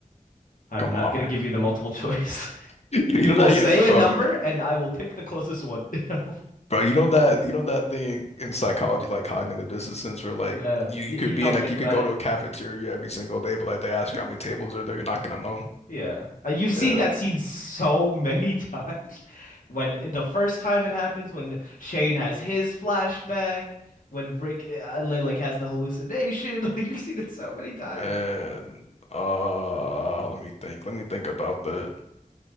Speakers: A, on the left (about 75°); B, on the left (about 50°).
A: I'm
B: Come
A: not
B: on,
A: gonna
B: man.
A: give you the multiple choice. <laughs>
B: You know,
A: you
B: you know that,
A: will say
B: you know, bro,
A: a number, and I will pick the closest one. <laughs>
B: bro. You know that, you know that thing in psychology, like cognitive dissonance, where like
A: yeah,
B: you, you
A: you
B: could be
A: don't
B: in like
A: think
B: you
A: about
B: could go
A: it.
B: to a cafeteria every single day, but like they ask you how many tables are there, you're not gonna know.
A: Yeah. Uh, you've seen
B: Yeah,
A: that scene so many <laughs> times. When the first time it happens, when Shane has his flashback, when Rick uh, li- like has the hallucination, <laughs> like you've seen it so many times.
B: man. Uh, let me think. Let me think about that.